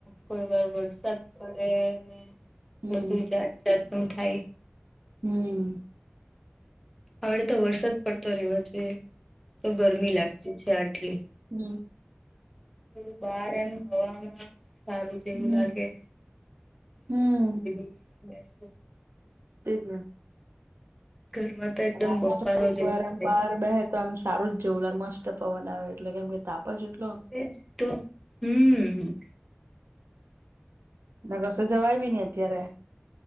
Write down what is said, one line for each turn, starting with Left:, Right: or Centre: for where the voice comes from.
Centre: કોઈ વાર વરસાદ પડે ને.
Right: હમ
Centre: બધું જાત જાત નું થાય.
Right: હમ.
Centre: હવે તો વરસાદ પડતો રહેવો જોઈએ તો ગરમી લાગતી છે આટલી.
Right: હમ.
Centre: હું બાર એમ હવામાં. સારું જેવું
Right: હમ
Centre: લાગે
Right: હમ
Centre: બાર આવી બે.
Right: તે જ ને.
Centre: ઘરમાં. તો એકદમ
Right: રાત
Centre: બફારો
Right: માં થોડિક
Centre: જેવું
Right: વાર
Centre: થાય
Right: બહાર બેહે તો એમ સારું જ જેવું લાગે મસ્ત પવન આવે એટલે કેમ કે તાપ. પજટલો.
Centre: એજ તો હમ.
Right: ના કસે જવાય બી નઈ અત્યારે